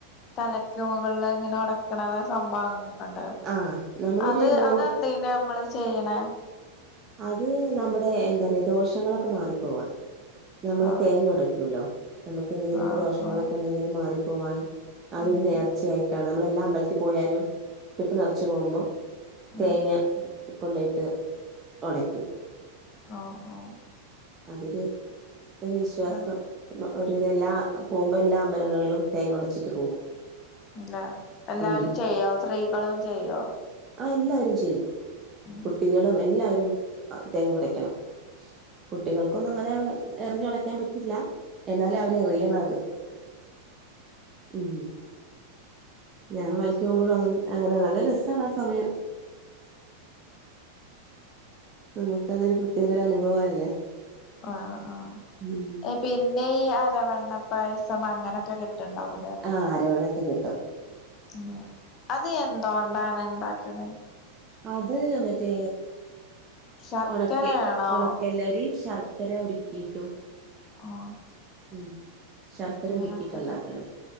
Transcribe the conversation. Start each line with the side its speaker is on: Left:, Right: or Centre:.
Left: തലക്ക് മുകൾല് അങ്ങനെ അട്ക്കണക്കെ സംഭവങ്ങളൊക്കെ ഇണ്ടല്ലോ
Right: ആഹ് നമ്മളൊരു
Left: അത് എ
Right: മൂ
Left: ന്തിനാ അമ്മള് ചെയ്യ്ണേ
Right: അത് നമ്മടെ എന്താറിയാ ദോഷങ്ങളൊക്കെ മാറിപ്പോവാൻ നമ്മള്
Left: ആഹ്
Right: തേങ്ങയൊട ക്കൂലോ, നമക്ക് എന്തെങ്കിലൊക്കെ
Left: ആഹ്
Right: ദോഷങ്ങളൊക്കെ
Left: ആഹ്
Right: ഇണ്ടെങ്കിഅത് മാറിപ്പോവാൻ. അതൊരു
Left: ഉം
Right: നേർച്ചയായിട്ടാണ്
Left: ഉം
Right: നമ്മള് എല്ലാ അമ്പലത്തിൽ പോയാലും കെട്ട് നെറച്ച് പോകുമ്പൊ തേങ്ങ്യ
Left: ഉം
Right: കൊണ്ടോയിറ്റ് ഓടയ്ക്കും.
Left: ആഹ് ആഹ്
Right: അതില്ഒരുവിശ്വാസം.
Left: അതാണ്.
Right: ഒരുവിതഎല്ലാ പോകുമ്പോ എല്ലാ അമ്പലങ്ങളിലും തേങ്ങ ഒട്ച്ചിട്ട് പോകും.
Left: എല്ല എല്ലാരും
Right: ഉം
Left: ചെയ്യോ സ്ത്രീകളും ചെയ്യോ?
Right: ആഹ് എല്ലാവരും ചെയ്യും
Left: ഉം
Right: കുട്ടികളും എല്ലാവരും തേങ്ങൊടക്കണം. കുട്ടികൾക്കൊന്നുംങ്ങനെ എറിഞ്ഞൊടക്കാൻ പറ്റില്ല എന്നാലും
Left: ഉം
Right: അവരെറിയണം അത്. ഉം ഞാൻ മലയ്ക്ക് പോകുമ്പോഴും അങ്ങനെ അങ്ങനെ നല്ല രസാണ് ആ സമയം നമുക്ക അതൊരു പ്രത്യേകൊരു അനുഭവല്ലേ.
Left: ആഹ് ആഹ്
Right: ഉം
Left: പിന്നെ ഈ അരവണ്ണ പായസം അങ്ങനൊക്കെ കിട്ട്ണ്ടാവ
Right: ആഹ് അരവണ്ണൊക്കെ കിട്ടും.
Left: ഉം അത് എന്തോണ്ടാണ് ഇണ്ടാക്ക്ണ്.
Right: അത് മറ്റേ.
Left: ശർക്കരയാണോ
Right: ഉണക്കെ ഉണക്കല്ലരി ശർക്കര ഉരുക്കീട്ടും.
Left: ആഹ്.
Right: ഉം. ശർക്കര
Left: അങ്ങനൊക്കെല്ലേ
Right: ഉരുക്കീട്ടാണ്ട്ക്ക്ണ്,